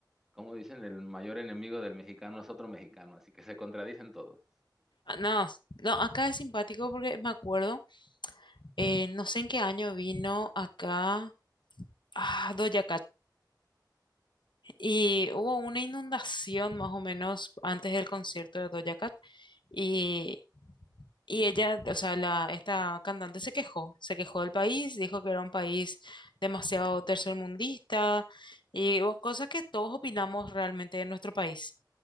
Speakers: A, in the centre; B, on the left.
A: como dicen, el mayor enemigo del mexicano es otro mexicano, así que se contradicen todos.
B: Ah, no, no, acá es simpático porque me acuerdo, eh, no sé en qué año vino acá ah, Doja Cat y hubo una inundación más o menos antes del concierto de Doja Cat y Y ella, o sea, la, esta cantante se quejó, se quejó del país, dijo que era un país demasiado tercermundista y bueno, cosas que todos opinamos realmente de nuestro país.